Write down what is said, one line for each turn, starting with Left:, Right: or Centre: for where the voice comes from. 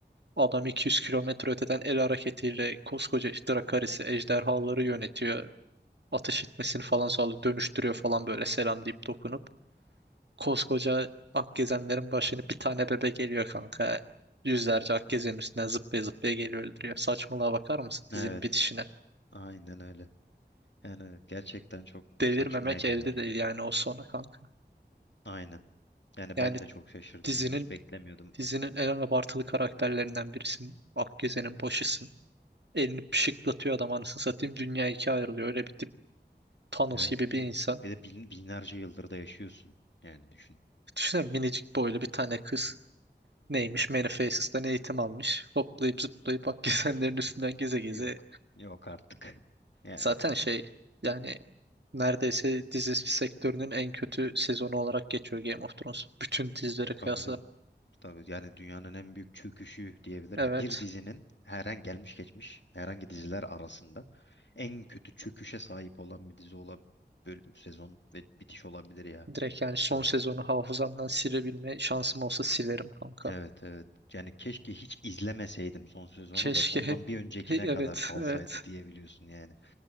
Right: Adam 200 kilometre öteden el hareketiyle koskoca işte Drakaris'i, ejderhaları yönetiyor. Ateş etmesini falan sağlıyor. Dönüştürüyor falan böyle selam deyip dokunup. Koskoca Akgezenlerin başını bir tane bebe geliyor kanka. Yüzlerce Akgezen üstüne zıplaya zıplaya geliyor öldürüyor. Saçmalığa bakar mısın
Left: Evet,
Right: dizinin bitişine?
Left: aynen öyle. Yani gerçekten çok
Right: Delirmemek
Left: saçmaydı
Right: elde
Left: yani
Right: değil
Left: bu.
Right: yani
Left: bölüm.
Right: o sona kanka.
Left: Aynen. Yani
Right: Yani
Left: ben de çok şaşırdım
Right: dizinin
Left: onu hiç beklemiyordum.
Right: dizinin en abartılı karakterlerinden birisin. Akgezen'in boşısın. Elini pışıklatıyor adam anasını satayım. Dünya ikiye ayrılıyor. Öyle bir tip Thanos
Left: Evet.
Right: gibi
Left: y-
Right: bir insan.
Left: Bir de bin, binlerce yıldır da yaşıyorsun. Yani düşün.
Right: Düşünsene minicik boylu bir tane kız. Neymiş? Manifest'ten eğitim almış. Hoplayıp zıplayıp Akgezenlerin üstünden geze geze.
Left: Yok. Yok artık. Yani.
Right: Zaten şey yani neredeyse dizi sektörünün en kötü sezonu olarak geçiyor Game of Thrones. Bütün dizilere kıyasla.
Left: Tabii canım. Tabii yani dünyanın en büyük çöküşü diyebilirim.
Right: Evet.
Left: Yani bir dizinin herhangi gelmiş geçmiş herhangi diziler arasında en kötü çöküşe sahip olan bir dizi olabilir. Bölüm, sezon ve bitiş olabilir ya.
Right: Direkt yani son
Left: Hani
Right: sezonu hafızamdan silebilme şansım olsa silerim kanka.
Left: evet evet. Yani keşke hiç izlemeseydim son sezonu
Right: Keşke
Left: da sondan
Right: hep
Left: bir öncekine
Right: he- evet
Left: kadar kalsaydı
Right: evet.
Left: diyebiliyorsun yani